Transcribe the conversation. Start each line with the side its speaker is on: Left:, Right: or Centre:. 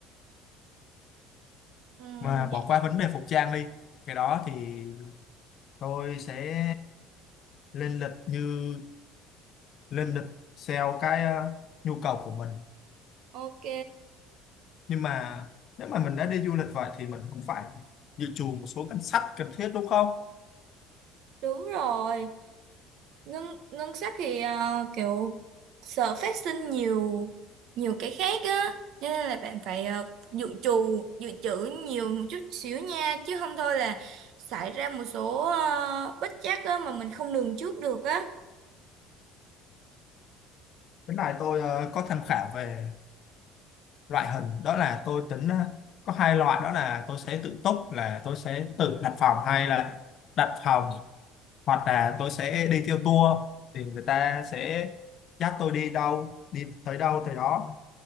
Right: ừ,
Left: mà bỏ
Right: vậy-
Left: qua vấn đề phục trang đi cái đó thì tôi sẽ lên lịch như lên lịch theo cái ờ, nhu cầu của mình
Right: ok
Left: nhưng mà nếu mà mình đã đi du lịch vậy thì mình cũng phải dự trù một số ngân sách cần thiết đúng không
Right: đúng rồi ngân ngân sách thì ờ, kiểu sợ phát sinh nhiều nhiều cái khác á cho nên là bạn phải ờ, dự trù dự trữ nhiều một chút xíu nha chứ không thôi là xảy ra một số ờ, bất trắc á mà mình không lường trước được á
Left: cái này tôi ờ, có tham khảo về loại hình đó là tôi tính ờ, có hai loại đó là tôi sẽ tự túc là tôi sẽ tự đặt phòng hay là đặt phòng hoặc là tôi sẽ đi theo tour thì người ta sẽ dắt tôi đi đâu đi tới đâu tới đó